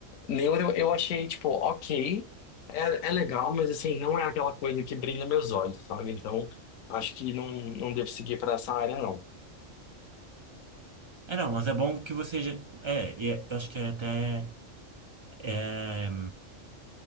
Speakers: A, on the left; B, on the right.
A: Neuro eu achei, tipo, ok, é, é legal, mas assim, não é aquela coisa que brilha meus olhos, sabe? Então, acho que não, não devo seguir para essa área, não.
B: É, não, mas é bom que você. já- É, e é- eu acho que é até. é,